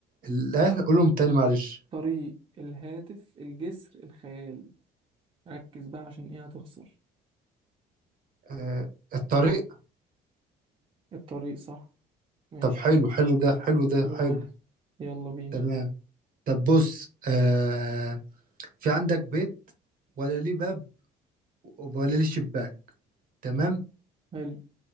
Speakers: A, on the right; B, on the right.
A: ال- آه قولهم تاني معلش
B: طريق الهاتف الجسر الخيال ركز بقى عشان ايه هتخسر
A: آه الطريق
B: الطريق صح ماشي
A: طب حلو
B: كده
A: حلو ده حلو
B: كده
A: ده
B: اتنين
A: حلو
B: واحد يلا بينا
A: تمام طب بص آه في عندك بيت ولا ليه باب ولا ليه شباك تمام
B: حلو